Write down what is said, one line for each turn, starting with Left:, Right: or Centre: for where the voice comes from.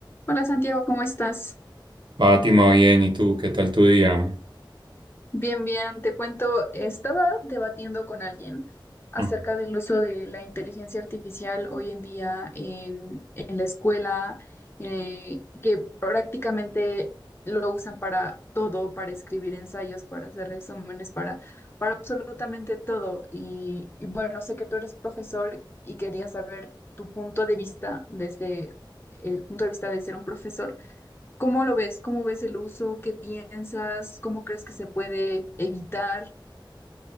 Left: Hola Santiago, ¿cómo estás?
Right: Fátima, bien, ¿y tú? ¿Qué tal tu día?
Left: Bien, bien, te cuento, estaba debatiendo con alguien acerca
Right: Mm.
Left: del uso de la inteligencia artificial hoy en día en, en la escuela, eh, que prácticamente lo usan para todo, para escribir ensayos, para hacer resúmenes, para, para absolutamente todo. Y, y bueno, sé que tú eres profesor y quería saber tu punto de vista desde el punto de vista de ser un profesor ¿Cómo lo ves? ¿Cómo ves el uso? ¿Qué piensas? ¿Cómo crees que se puede evitar?